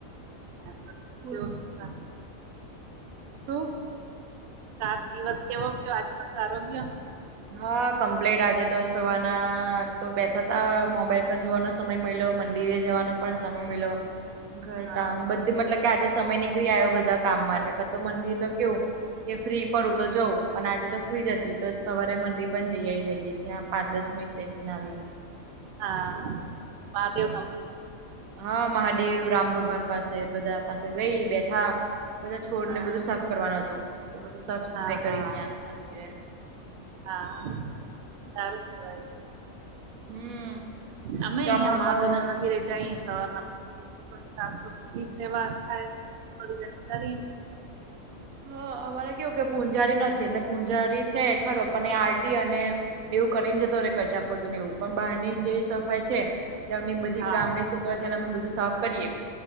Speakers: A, on the right; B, on the right.
A: આજનો દિવસ
B: બોલા.
A: કેવો ગયો સારો
B: શું?
A: સાત દિવસ કેવો ગ્યો આજનો સારો ગ્યો.
B: હા કમ્પ્લેટ આજે તો સવારના ના આજ બેઠા હતા મોબાઈલ પણ જોવાનું સમય મળ્યો મંદિરે જવાનો પણ સમય મળ્યો ઘર
A: હા
B: કામ બધ મતલબ કે આજે સમય નીકળી આવ્યો બધા કામ માટે કતો મંદિર તો કેવું કે ફ્રી પડું તો જઉ પણ આજે તો ફ્રી જ હતી તો. સવારે મંંદિર પણ જઈ આવેલી ત્યાં પાંચ દસ મિનિટ બેસીને આવી.
A: હા ભાભી
B: બધું
A: નો.
B: હા મહાદેવ રામ ભગવાન પાસે બધા પાસે ગઈ બેઠી. હા બધા છોડ
A: હા
B: ને બધું સાફ કરવાનું હતું તો બધું સાફ સફાઈ
A: હા હા
B: કરી ત્યાં મંદિરે
A: હા સારું કેવાય.
B: હમ.
A: અમે
B: ગામડામાં
A: ઇયા મહાદેવ ના મંદિરે જઈએ સવારના થોડી સાફ <unintelligible> થોડી જાણકારી
B: હા અમારે કેવું કે પૂંજારી નથી એટલે પૂંજારી છે ખરો પણ એ આરટી અને એવું કરીને જતો રે કચરાપોતું ને એવું પણ બહાર ની જે સફાઈ છે. તેમની બધી
A: હા
B: ગામની છોકરો છેને અમે બધું સાફ કરીએ